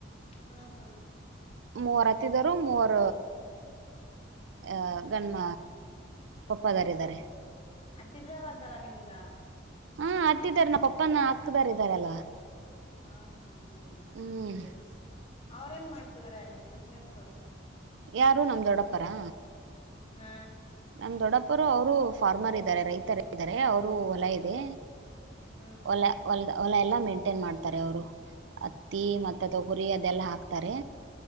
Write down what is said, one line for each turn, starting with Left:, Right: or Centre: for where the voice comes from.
Left: ಹಾ ಹಾ
Right: ಮೂವರ ಹತ್ತಿದರು ಮೂರ ಅ ಗಣ್ಮ ಪಪ್ಪದಾರಿದ್ದಾರೆ
Left: ಮತ್ತ ಇದರದಲ್ಲ ನಿಮ್ಗ
Right: ಹಾ ಹತ್ತಿದಿದ್ದಾರೆ ನಮ್ಮ ಪಪ್ಪನ ಹಾಕ್ದಾರ ಇದ್ದಾರೆ ಅಲ್ಲವಾ
Left: ಹ ಹಾ
Right: ಹ್ಮ್
Left: ಅಂದ್ರೆ ಅವ್ರೇನ್ ಮಾಡ್ತಿದ್ರ ಬಿಸ್ನೆೆಸ್
Right: ಯಾರು ನಮ ದೊಡ್ಡಪ್ಪರಾ
Left: ಹಾ
Right: ನಮ ದೊಡ್ಡಪ್ಪರು ಅವರು ಫಾರ್ಮರ್ ಇದ್ದಾರೆ ರೈತರು ಇದಾರೆ ಅವರು ಹೊಲ ಇದೆ
Left: ಹ್ಮ್ ಹ್ಮ್
Right: ಒಲ ಹೊಲ ಹೊಲ ಎಲ್ಲ ಮೇಂಟೈನ್ ಮಾಡ್ತಾರೆ ಅವರು ಅತ್ತಿ ಮತ್ತೆ ತೊಗುರಿ ಇದೆಲ್ಲ ಹಾಕ್ತಾರೆ